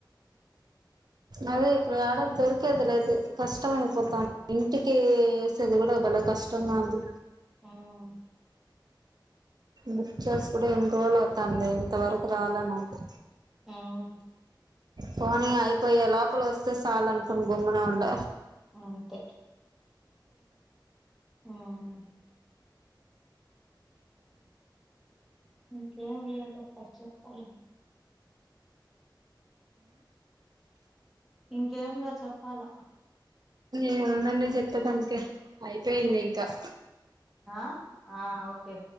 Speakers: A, on the right; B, in the centre.
A: అదే ఇప్పుడు యాడ దొరికేది లేదు కష్టం అయిపోతాంది ఇంటికి వేసేది కూడా భలే కష్టంగా ఉంది
B: ఉమ్
A: బుక్ చేసి కూడా ఎన్ని రోజులు అవుతాంది ఇంతవరకు రాలా నాకు
B: ఉమ్
A: పోనీ అయిపోయే లోపల వస్తే చాలు అనుకుని గమ్మునే ఉండ
B: అంతే ఉమ్ ఇంకేం లేదబ్బా చెప్పాల ఇంకేం లే చెప్పాలా
A: ఏముందండి చెప్పేదానికి అయిపోయింది ఇంకా
B: ఆ ఆ ఓకే